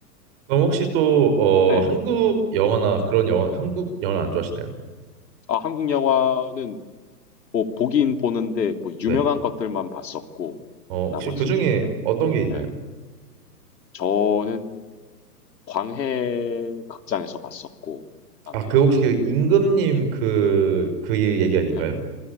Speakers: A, on the right; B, on the left.
A: 그럼 혹시 또 어,
B: 예.
A: 한국 영화나 그런 영화, 한국 영화 안 좋아하시나요?
B: 아 한국 영화는 뭐 보긴 보는데 뭐 유명한
A: 네.
B: 것들만 봤었고
A: 어,
B: 나머지는
A: 혹시 그 중에 어떤 게 있나요?
B: 예. 저는 광해 극장에서 봤었고 그다음에
A: 아, 그 혹시 그 임금님 그, 그 얘기 아닌가요?
B: 예.